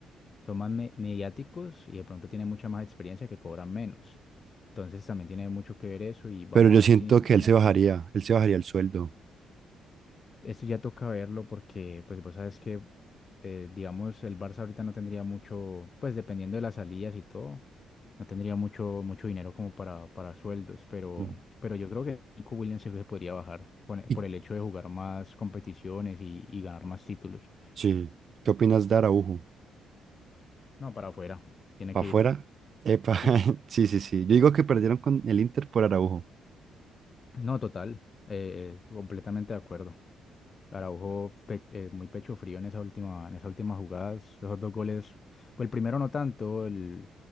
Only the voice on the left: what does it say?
son más me- mediáticos y de pronto tienen mucha más experiencia que cobran menos. Entonces también tiene mucho que ver eso y vamos
a ver
si Nico
Williams
Eso ya toca verlo porque, pues, vos sabes que, eh, digamos, el Barça ahorita no tendría mucho, pues, dependiendo de las salidas y todo, no tendría mucho, mucho dinero como para, para sueldos, pero,
pero yo creo que Nico Williams sí se podría bajar con-
por el hecho de jugar más competiciones y, y ganar más títulos.
No, para afuera, tiene
que
irse.
Sí,
no, total, eh, completamente de acuerdo. Araujo pe- eh, muy pecho frío en esa última, en esas últimas jugadas. Esos dos goles, pues el primero no tanto, el,